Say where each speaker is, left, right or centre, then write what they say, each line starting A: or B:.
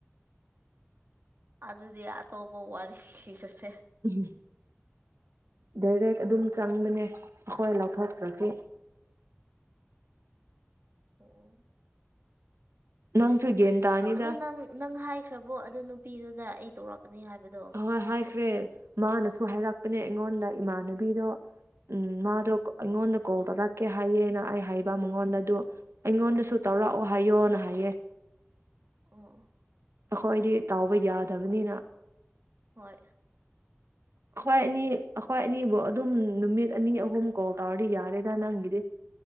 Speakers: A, on the right; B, on the right.
A: ꯑꯗꯨꯗꯤ ꯑꯇꯣꯞꯄ ꯋꯥꯔꯤ ꯂꯤꯔꯁꯦ
B: ꯎꯝ ꯗꯥꯏꯔꯦꯛ ꯑꯗꯨꯝ ꯆꯪꯕꯅꯦ ꯑꯩꯈꯣꯏ ꯂꯧꯊꯣꯛꯈꯇꯔ꯭ꯁꯨ
A: ꯎꯝ ꯑꯣ
B: ꯅꯪꯁꯨ ꯒ꯭ꯌꯥꯟ
A: ꯑꯁ
B: ꯇꯥꯅꯤꯗ
A: ꯑꯗꯨ ꯅꯪ ꯅꯪ ꯍꯥꯏꯈ꯭ꯔꯕꯣ ꯑꯗꯨ ꯅꯨꯄꯤꯗꯨꯗ ꯑꯩ ꯇꯧꯔꯛꯀꯅꯤ ꯍꯥꯏꯕꯗꯣ
B: ꯍꯣꯏ ꯍꯥꯏꯈ꯭ꯔꯦ ꯃꯥꯅꯁꯨ ꯍꯥꯏꯔꯛꯄꯅꯦ ꯑꯩꯉꯣꯟꯗ ꯏꯃꯥꯟꯅꯕꯤꯗꯣ ꯎꯝ ꯃꯥꯗꯣ ꯑꯩꯉꯣꯟꯗ ꯀꯣꯜ ꯇꯧꯔꯛꯀꯦ ꯍꯥꯏꯌꯦꯅ ꯑꯩ ꯍꯥꯏꯕ
A: ꯎꯝ
B: ꯃꯉꯣꯟꯗ ꯑꯗꯨ ꯑꯩꯉꯣꯟꯗꯁꯨ
A: ꯎꯝ
B: ꯇꯧꯔꯥꯛꯑꯣ ꯍꯥꯏꯌꯣꯅ ꯍꯥꯏꯌꯦ
A: ꯑꯣ
B: ꯑꯈꯣꯏꯗꯤ ꯇꯥꯎꯕ ꯌꯥꯗꯕꯅꯤꯅ
A: ꯍꯣꯏ
B: ꯑꯩꯈꯣꯏ ꯑꯅꯤ ꯑꯈꯣꯏ ꯑꯅꯤꯕꯨ ꯑꯗꯨꯝ ꯅꯨꯃꯤꯠ ꯑꯅꯤ ꯑꯍꯨꯝ ꯀꯣꯜ ꯇꯧꯔꯗꯤ ꯌꯥꯔꯦꯗ ꯅꯪꯒꯤꯗꯤ